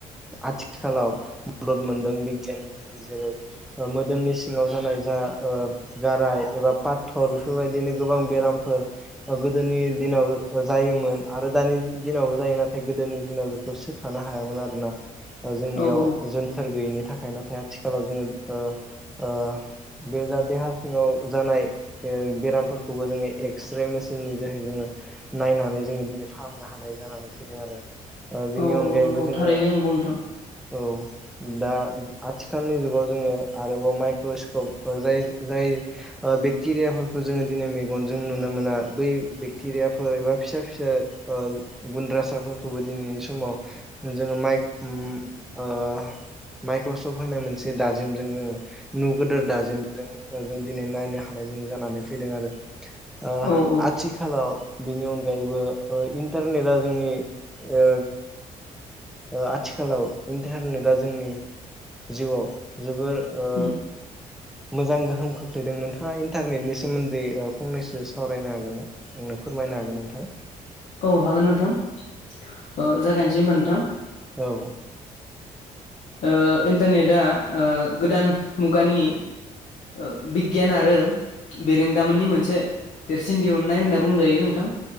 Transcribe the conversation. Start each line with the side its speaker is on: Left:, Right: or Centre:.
Centre: आथिखालाव मदद मोनदों बि जेनि जेनि जेरै ओ मोदोमनि सिङाव जानाय जा ओ गाराय एबा पाथर बेफोरबायदिनो गोबां बेरामफोर ओ गोदोनि दिनाव ओ जायोमोन आरो दानि दिनाव जा जायो नाथाय गोदोनि दिनाव बेखौ सोखानो हायामोन आरोना ओ जोंनियाव
Left: औ औ
Centre: जोनथोर गैयैनि थाख थाखाय नाथाय आथिखालाव जोङो ओ ओ बे जा देहा सिङाव जानाय ओ बेरामफोरखौबो जोङो एक्सरे मेसि नि जोहै जोङो नायनो हानाय जोङो दिनै फाहामनो हानाय जानानै फैदों आरो ओ बेनि
Left: औ
Centre: अनगायैबो
Left: औ नंगौ
Centre: जोङो
Left: थारैनो
Centre: औ
Left: नंगौ नोंथां
Centre: दा आथिखालनि जुगाव जोङो आरोबाव माइक्र'स्कप ओ जाय जाय ओ बेक्टेरियाफोरखौ जोंयो दिनै मेगनजों नुनो मोना बै बेक्टेरियाफोर एबा फिसा फिसा ओ गुनद्रा गोसोफोरखौबो दिनैनि समाव जोङो माइख म ओ माइख क्रसफ होननाय मोनसे दाजेमजों जोङो नु गोदोर दाजेमजों ओ जों दिनै नायनो हानाय जों जानानै फैदों आरो ओ
Left: औ औ
Centre: आथिखालाव बेनि अनगायैबो ओ इन्टारनेटआ जोंनि ओ ओ आथिखालाव इन्टारनेटआ जोंनि जिउआव जोबोर ओ
Left: उम
Centre: मोजां गोहोम खोख्लैदों नोंथाङा इन्टारनेटनि सोमोनदोयै ओ फंनैसो सावरायनो हागोनना फोरमायनो हागोन नोंथां।
Left: औ हागोन नोंथां ओ जागायनोसै होमबा नोंथां।
Centre: औ।
Left: ओ इन्टारनेटआ ओ गोदान मुगानि ओ बिगियान आरो बेरोंदामोननि मोनसे देरसिन दिहुननाय होनना बुंजायो नोंथां।